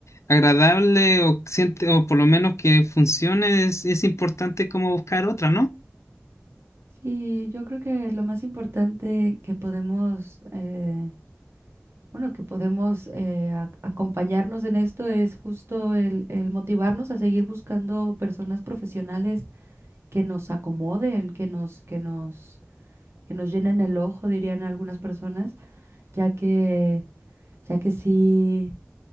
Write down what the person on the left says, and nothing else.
agradable o siente o por lo menos que funcione es, es importante como buscar otra, ¿no?